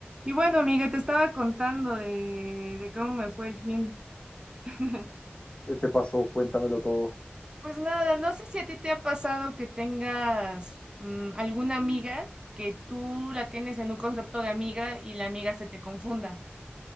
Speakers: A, on the right (about 20°); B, on the left (about 25°).
A: Y bueno, amiga, te estaba contando de, de cómo me fue el fin. <laughs>
B: ¿Qué te pasó? Cuéntamelo todo.
A: Pues nada, no sé si a ti te ha pasado que tengas mm, alguna amiga que tú la tienes en un concepto de amiga y la amiga se te confunda.